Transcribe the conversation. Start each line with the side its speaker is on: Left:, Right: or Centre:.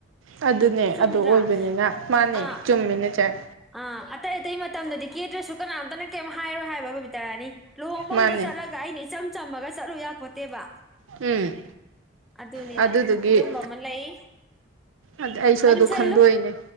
Right: ꯑꯗꯨꯅꯦ
Centre: ꯆꯨꯝꯗ꯭ꯔꯥ
Right: ꯑꯗꯨ ꯑꯣꯏꯕꯅꯤꯅ ꯃꯥꯅꯦ
Centre: ꯑꯥ
Right: ꯆꯨꯝꯃꯤꯅꯦ ꯆꯦ
Centre: ꯑꯥ ꯑꯇꯩ ꯑꯇꯩ ꯃꯇꯝꯗꯗꯤ ꯀꯦꯗ꯭ꯔꯥꯁꯨ ꯀꯅꯥꯝꯇꯅ ꯀꯩꯝ ꯍꯥꯏꯔꯣꯏ ꯍꯥꯏꯕ ꯕꯕꯤꯇꯥꯔꯥꯅꯤ ꯂꯨꯍꯣꯡꯐꯝꯝꯗ
Right: ꯃꯥꯅꯦ
Centre: ꯆꯠꯂꯒ ꯑꯩꯅ ꯏꯆꯝ ꯆꯝꯃꯒ ꯆꯠꯂꯨ ꯌꯥꯄꯣꯠꯇꯦꯕ
Right: ꯎꯝ
Centre: ꯑꯗꯨꯅꯤꯗ
Right: ꯑꯗꯨꯗꯨꯒꯤ
Centre: ꯑꯗꯨꯒꯝꯕ ꯑꯃ ꯂꯩ
Right: ꯑꯗꯨꯗ ꯑꯩꯁꯨ
Centre: ꯇꯝꯁꯤꯜꯂꯨ
Right: ꯑꯗꯨ ꯈꯟꯗꯣꯏꯅꯦ